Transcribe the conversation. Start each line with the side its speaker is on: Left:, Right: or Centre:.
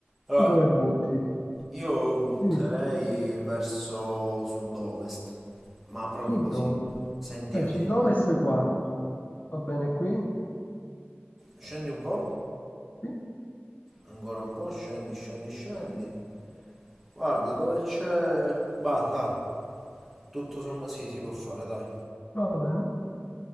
Centre: Allora,
Left: Tu dove butti?
Centre: io butterei
Left: Dimmi.
Centre: verso sud-ovest, ma proprio
Left: Sud-ovest.
Centre: così. Sentimenti.
Left: Eh, sud-ovest quando? Va bene qui?
Centre: Scendi un po',
Left: Sì,
Centre: ancora un po', scendi, scendi, scendi. Guarda dove c'è... Bah, sa, tutto sommato... Sì, si può fare, dai.
Left: va bene.